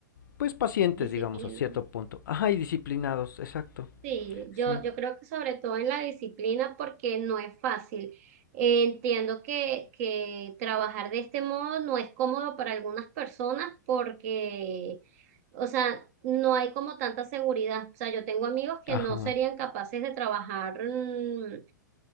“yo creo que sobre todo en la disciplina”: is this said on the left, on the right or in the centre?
Right